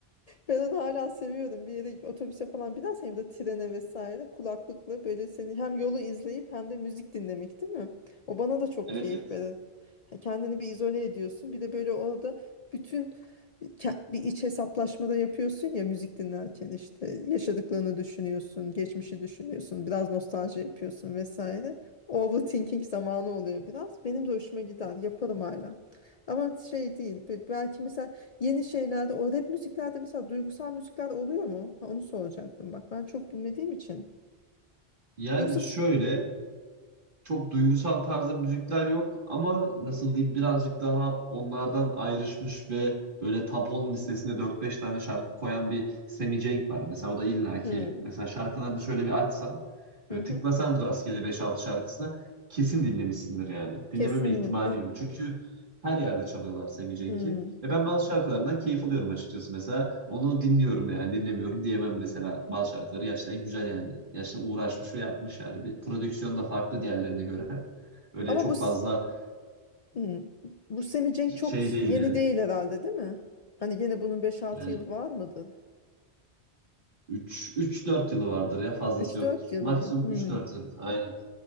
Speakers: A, on the left; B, on the right.
A: Ben onu hala seviyordum. Bir yere otobüse falan binersen hem de trene vesaire kulaklıkla böyle seni hem yolu izleyip hem de müzik dinlemek değil mi? O bana da çok
B: Evet
A: keyif
B: evet.
A: verir. Ha, Kendini bir izole ediyorsun. Bir de böyle orada bütün ke- bir iç hesaplaşmada yapıyorsun ya müzik dinlerken işte yaşadıklarını düşünüyorsun, geçmişi düşünüyorsun, biraz nostalji yapıyorsun vesaire. Overthinking zamanı oluyor biraz. Benim de hoşuma gider. Yaparım hala. Ama şey değil. be- Belki mesela Yeni şeylerde o rap müziklerde mesela duygusal müzikler oluyor mu? Ha, onu soracaktım. Bak ben çok bilmediğim için.
B: Yani
A: Yoksa
B: şöyle
A: s-
B: çok duygusal tarzda müzikler yok ama nasıl diyeyim birazcık daha onlardan ayrışmış ve böyle top 10 listesinde dört beş tane şarkı koyan bir Sammy Cenk var. Mesela o da illaki
A: Hmm,
B: mesela şarkılarını şöyle bir açsan böyle
A: hı hı.
B: tıklasan rastgele beş altı şarkısına kesin dinlemişsindir yani. Dinlememe
A: Kesin
B: ihtimali
A: Hı,
B: yok. Çünkü her yerde çalıyorlar Sammy Cenk'i.
A: hı.
B: Ve ben bazı şarkılarından keyif alıyorum açıkçası mesela. Onu dinliyorum yani dinlemiyorum diyemem mesela. Bazı şarkıları gerçekten güzel yani. Gerçekten uğraşmış ve yapmış yani. Bir prodüksiyon da farklı diğerlerine göre. Öyle
A: Ama
B: çok
A: bu s-
B: fazla
A: hı. Bu Semih Cenk çok
B: şey
A: ş-
B: değil
A: yeni
B: yani.
A: değil herhalde değil mi? Hani yine bunun beş altı
B: Yani
A: yılı var mıdır?
B: üç üç dört yılı vardır ya fazlası
A: Üç
B: yoktur.
A: dört yılı
B: Maksimum
A: mı? Hı.
B: üç dört yıl. Aynen.